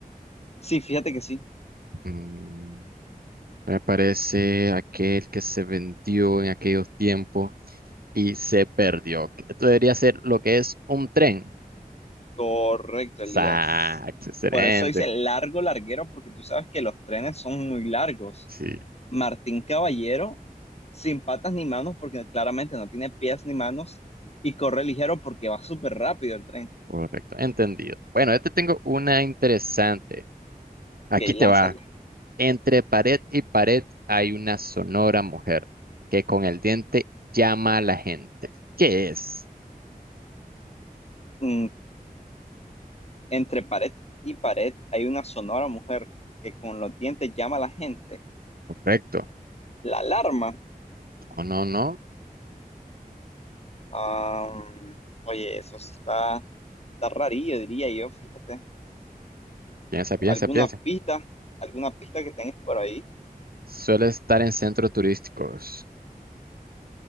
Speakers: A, on the left; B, on the right.
A: Sí, fíjate que sí.
B: Mm, me parece aquel que se vendió en aquellos tiempos y se perdió. Esto debería ser lo que es un tren.
A: Correcto,
B: Exacto,
A: Elías.
B: excelente.
A: Por eso dice largo, larguero, porque tú sabes que los trenes son muy largos.
B: Sí,
A: Martín Caballero, sin patas ni manos, porque claramente no tiene pies ni manos, y corre ligero porque va súper rápido el tren.
B: correcto, entendido. Bueno, yo te tengo una interesante. Aquí
A: Ok,
B: te
A: lánzala.
B: va. Entre pared y pared hay una sonora mujer que con el diente llama a la gente. ¿Qué es?
A: Mm, entre pared y pared hay una sonora mujer que con los dientes llama a la gente.
B: Correcto.
A: La alarma.
B: No, no, no.
A: Ah, oye, eso sí está, está rarillo, diría yo, fíjate.
B: Piensa, piensa,
A: ¿Alguna
B: piensa.
A: pista? ¿Alguna pista que tengas por ahí?
B: Suele estar en centros turísticos.